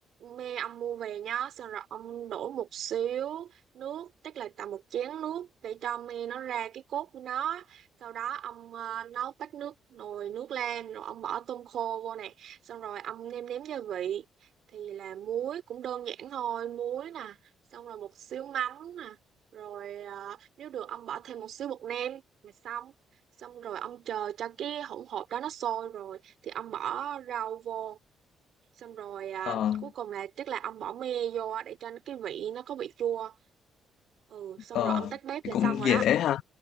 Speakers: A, on the right; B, on the left.
A: me ông mua về nhá, xong rồi ông đổ một xíu nước, tức là tầm một chén nước để cho me nó ra cái cốt của nó. Sau đó ông ờ, nấu bát nước nồi nước lên, rồi ông bỏ tôm khô vô nè, xong rồi ông nêm nếm gia vị. thì là muối cũng đơn giản thôi muối nè xong rồi một xíu mắm nè rồi à, nếu được ông bỏ thêm một xíu bột nêm là xong xong rồi ông chờ cho cái hỗn hợp đó nó sôi rồi thì ông bỏ rau vô xong rồi à,
B: Ờ,
A: cuối cùng là chắc là ông bỏ me vô để cho cái vị nó có vị chua ừ xong
B: ờ
A: rồi ông tắt bếp
B: thì
A: là
B: cũng
A: xong rồi
B: dễ
A: đó
B: ha.